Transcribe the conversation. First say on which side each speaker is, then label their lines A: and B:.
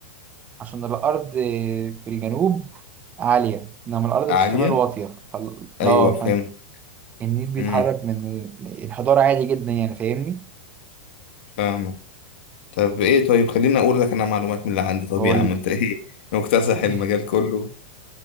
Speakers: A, on the right (about 25°); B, on the left (about 65°).
A: عشان الأرض في الجنوب عالية إنما الأرض
B: عالية
A: في الشمال واطية فال-
B: ايوه
A: لا
B: فهمت
A: فن- النيل بيتحرك
B: امم
A: من ال- الحضارة عادي جدا يعني فاهمني؟
B: فاهمك طب ايه طيب خليني اقول لك انا معلومات من اللي عندي طب
A: قول
B: يا عم انت ايه مكتسح
A: <laughs>
B: المجال كله